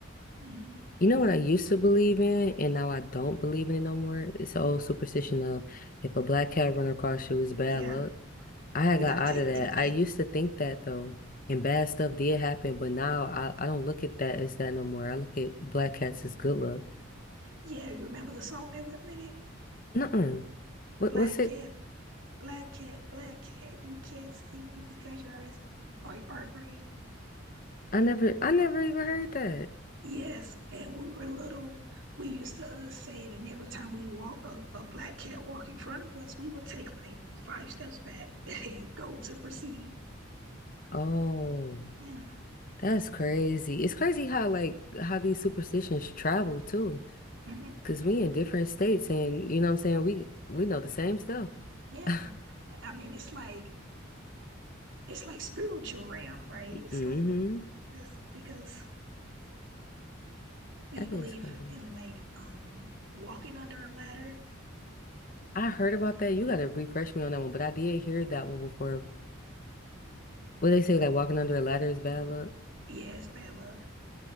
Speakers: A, on the right; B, on the left.
A: hmm
B: You know what I used to believe in, and now I don't believe in it no more? It's the old superstition of if a black cat run across you, it's bad
A: yeah.
B: luck. I had
A: You
B: got
A: got to
B: out
A: take
B: of that.
A: you.
B: I
A: <laughs>
B: used to think that though, and bad stuff did happen, but now I, I don't look at that as that no more. I look at black cats as good luck.
A: Yeah, you remember the song that went with it?
B: Nuh-uh. What,
A: Black
B: what's it?
A: cat, black cat, black cat. You can't see me because your eyes are green, are, are green.
B: I never, I never even heard that.
A: Yes, and we were little. We used to uh, say it, and every time we walk a, a black cat walk in front of us, we would take like five steps back <laughs> and then go to proceed.
B: Oh,
A: Yeah,
B: that's crazy. It's crazy how like how these superstitions travel too,
A: mhm,
B: because we in different states, and you know what I'm saying? We we know the same stuff.
A: Yeah,
B: <laughs>
A: I mean it's like it's like spiritual realm, right? It's
B: Mm-hmm.
A: like this because you
B: That
A: believe
B: is crazy.
A: in like um walking under a ladder.
B: I heard about that. You gotta refresh me on that one, but I did hear that one before. What they say, like walking under a ladder is bad luck.
A: Yeah, it's bad luck.